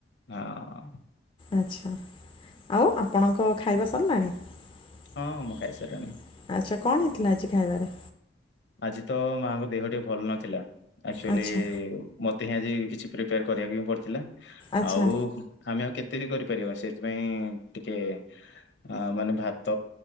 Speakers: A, on the left; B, on the left.
A: ହଁ।
B: ଆଚ୍ଛା ଆଉ ଆପଣଙ୍କ ଖାଇବା ସରିଲାଣି? ଆଚ୍ଛା
A: ହଁ ମୁଁ ଖାଇସାରିଲିଣି।
B: କଣ ହେଇଥିଲା ଆଜି ଖାଇବାରେ?
A: ଆଜି ତ ମାଆଙ୍କ ଦେହ ଟିକେ ଭଲ ନଥିଲା। ଏକ୍ଟୁଆଲି
B: ଆଚ୍ଛା
A: ମ ତେ ଆଜି କିଛି ପ୍ରିପେୟାର କରିବାକୁ ହିଁ ପଡ଼ିଥିଲା।
B: ଆଚ୍ଛା
A: ଆଉ ଆମେ ଆଉ କେତେ? ତେ ବି କରିପାରିବା ସେଥିପାଇଁ ଟିକେ ଅ ମାନେ ଭାତ